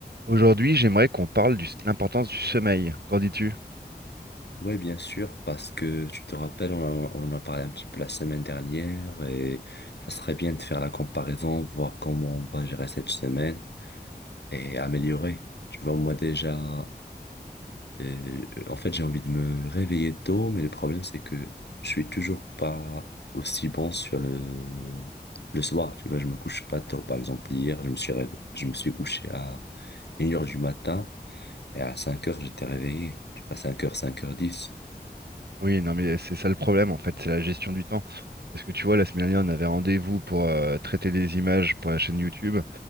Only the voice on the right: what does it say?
Aujourd'hui, j'aimerais qu'on parle de l'importance du sommeil. Qu'en dis-tu?
Oui, non, mais c'est ça le problème, en fait, c'est la gestion du temps. Parce que tu vois, la semaine dernière, on avait rendez-vous pour euh, traiter des images pour la chaîne YouTube.